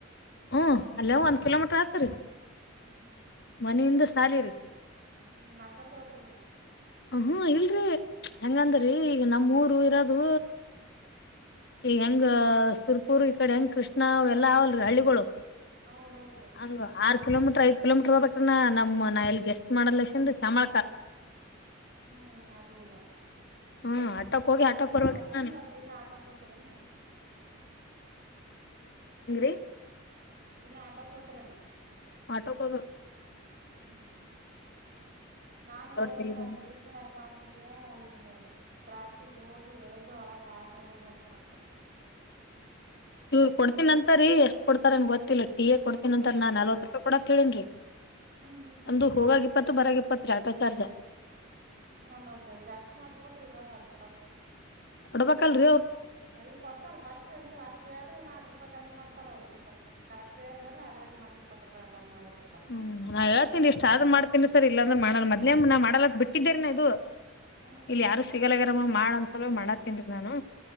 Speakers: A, on the left; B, on the right.
A: ಹ್ಮ ಅಲ್ಲೇ ಒಂದ್ ಕಿಲೋಮೀಟರ್ ಆತರಿ
B: ಹ್ಮ್ ಹ್ಮ
A: ಮನೆಯಿಂದ ಸಾಲಿರಿ
B: ಹ್ಮ್ ನಡ್ಕೊಂತ ಹೋಗ್ತರೇನು
A: ಹ್ಮ ಇಲ್ರಿ ಹೆಂಗಂದ್ರೀ
B: ಹ್ಮ್
A: ಈಗ ನಮ್ಮೂಊರು ಯರದು ಈಗ ಹೆಂಗ ಸುರ್ಪುರ್ ಈ ಕಡೆ ಹೆಂಗ್ ಕೃಷ್ಣ ಅವ ಎಲ್ಲಾ ಅವಲ್ರಿ ಹಳ್ಳಿಗಳು
B: ಹೌದೌದು ಹ್ಮ್
A: ಹಂಗ ಆರು ಕಿಲೋಮೀಟರ್ ಐ್ತ ಕಿಲೋಮೀಟರ್ ಹದಕ ನಮ ನಾ ಎಲ್ಲಿ ಗೆಸ್ಟ್ ಮಾಡಲ್ಲಸಂದು ಚಾಮಳಕ
B: ಹ್ಮ್ ಅಲ್ಲಿಂದ ಹ್ಮ್
A: ಹ್ಮ್ ಆಟೋಕ್ ಹೋಗಿ
B: ದೂರ
A: ಆಟೋಕ್
B: ಆತ
A: ಬರ್ಬೇಕ್ರಿ
B: ಮತ್ತೆ ಹೆಂಗ
A: ನಾನು
B: ದಿನ ಆಟೋಕ್ ಹತರನಾ
A: ಹಂಗ ರೀ
B: ದಿನ ಆಟೋಕ್ ಹೋತ್ನಾ
A: ಆಟೋಕೋ ಬ
B: ಹ್ಮ್ ನಾನು ಹೋದ್ ವರ್ಷ
A: ತಲಿಬ್ಯಾನಿ
B: ಅಲ್ಲಿ ತಿಂತಣೆಗ ಮಾಡ್ತಿದ್ದೆ ಅಲ್ಲಿಂದ ಹ ರಾಸಿಗೆ ಹೋಗಿ ಎಳ್ದ ಒಳಗ ಆಟ ಹೋಗ್ಬಕ್ ಮತ್ತ
A: ಇವ್ ಕೊಡ್ತೀನ ಅಂತರಿ ಎಷ್ಟ ಕೊಡ್ತಾರನ್ ಗೊತ್ತಿಲ್ಲ ಟೀ ಎ ಕೊಡ್ತೀನ್ ಅಂತರ ನಾ ನಲ್ವತ್ ರೂಪಾಯಿ ಕೊಡತ್ ತಿ ಹೇಳೇನ್
B: <unintelligible> ಹ್ಮ್
A: ಒಂದು ಹೋಗಾಗ ಇಪ್ಪತ್ತು ಬರಾಗ ಇಪ್ಪತ್ ರೀ ಆಟೋ ಚಾರ್ಜ್
B: ನಲ್ವತ್ತದು ಜಾಸ್ತಿ ನಾಚ್ಬೇಕ್ರಿ ಇನ್ನೊಂದ್ ಹತಿ ಇಪ್ಪತ್ತು
A: ಕೊಡ್ಬೇಕಲ್ರಿ
B: ಸರಿ ಕೊಡ್ತಾರ ಪಸ್ ನೀವ್ ಅಷ್ಟು ಹೇಳಿದ್ರೆ ಇಾಹತ್ ರೂಪಾಯಿ ಕಮ್ಮಿ ಮಾಡ್ತಾರ ಅವರು ನಿಕ್ಕ ಕರೆಕ್ಟ್ ಹೇಳದ್ರೆ ಅದ್ರ ಮತ್ತತ್ಪತ್ತು ರಪಾಯಿ ಕಮ್ಮಿ ಆಡಬದು
A: ಹ್ಮ್ ನಾ ಹೇಳ್ತೇನ್ಇಷ್ಟ ಆದ್ ಮಾಡ್ತೇನ್ಸರ್ ಇಲ್ಲಾಂದ್ರ
B: ಹ್ಮ್
A: ಮಾಡಲ್ಲ ಮದ್ನ ಮಾಡಲ್ದ್ ಬಿಟ್ಟಿದ್ದೆ ಇದು
B: ಹ್ಮ್ ಹ್ಮ್
A: ಇಲ್ಲಿ ಯಾರು ಸಿಗಲ್ಲಗರಮ್ಮ ಮಾಡ ಅನ್ಸಲ ಮಾಡ ತಿನ್ ನಾನು